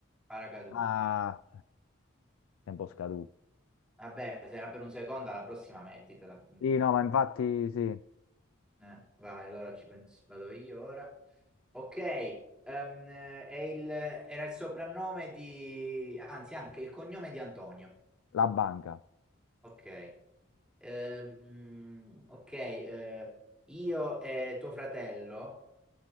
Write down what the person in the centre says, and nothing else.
paracadute.
Vabbè, se era per un secondo, alla prossima mettitela, quindi.
Eh, vai, allora ci penso, vado io ora. Ok, ehm, eh, è il- era il soprannome di, anzi anche il cognome di Antonio.
Ok, Ehm, ok, eh, io e tuo fratello,